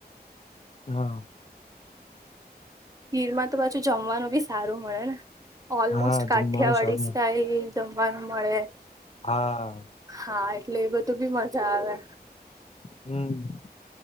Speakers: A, on the left; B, on the right.
A: હા.
B: ખીરમાં તો પાછું જમવાનું બી સારું મળે ને. ઓલમોસ્ટ
A: હા
B: કાઠિયાવાડી
A: જમવાનું સારું મળ
B: સાય જમવાનું મળે.
A: હા.
B: હા એટલે એ બધું બી મજા આવે.
A: હમ્મ.